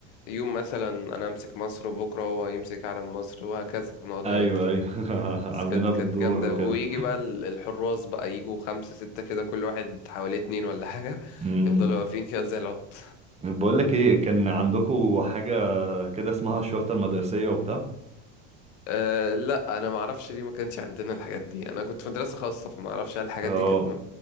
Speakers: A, on the left (about 85°); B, on the right (about 15°).
A: يوم مثلا انا امسك مصر وبكرة هو يمسك علم مصر وهكذا فنقعد
B: ايوه
A: نبدل
B: ايوه <laughs>
A: بس
B: عاملينها
A: كانت كانت
B: بالدور
A: جامدة
B: وكده
A: ويجي بقى ال- الحراس بقى يجوا خمسة ستة كده كل واحد حواليه اتنين ولا حاجة
B: امم
A: يفضلوا واقفين كده زي العبط
B: بقول لك ايه كان عندكم حاجة كده اسمها الشرطة المدرسية وبتاع
A: أه لا أنا معرفش ليه ما كانش عندنا الحاجات دي أنا كنت في مدرسة خاصة فمعرفش هل الحاجات
B: اه
A: دي كانت م-